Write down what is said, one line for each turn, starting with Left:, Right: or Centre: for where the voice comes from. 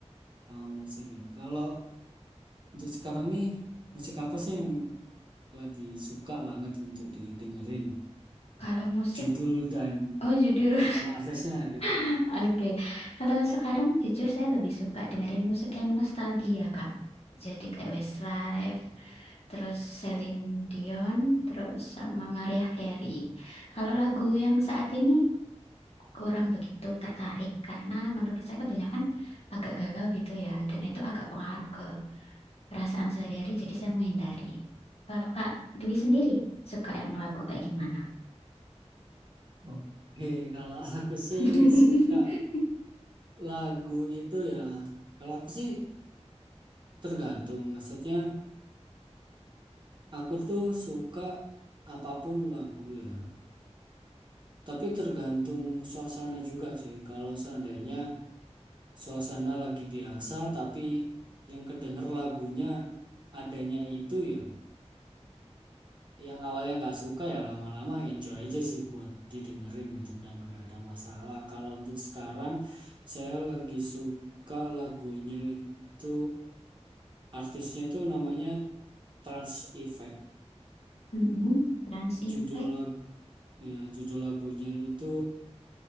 Right: sama musik ya. Kalau untuk sekarang nih, musik apa sih yang lagi suka banget untuk didengerin?
Left: Kalau musik
Right: Judul dan
Left: Oh judul,
Right: nama artisnya gitu.
Left: <laughs> oke. Kalau sekarang jujur saya lebih suka dengerin musik yang nostalgia Kak. Jadi kayak Westlife, terus Celine Dion, terus sama Mariah Carey. Kalau lagu yang saat ini kurang begitu tertarik karena menurut saya kebanyakan agak galau gitu ya, dan itu agak pengaruh ke perasaan sehari-hari. Jadi saya menghindari. Kalau Kak Dwi sendiri suka yang lagu kayak gimana?
Right: Oke, kalau aku sih
Left: <laughs>
Right: suka lagu itu ya. Kalau aku sih tergantung, maksudnya aku tuh suka apapun lagu ya. Tapi tergantung suasana juga sih. Kalau seandainya suasana lagi biasa, tapi yang kedenger lagunya adanya itu ya, yang awalnya nggak suka ya lama-lama enjoy aja sih buat didengerin gitu dan nggak ada masalah. Kalau untuk sekarang, saya lagi suka lagunya itu artisnya itu namanya Trans Effect.
Left: Mm-mm. Trans Effect.
Right: Judul lag- ya, judul lagunya itu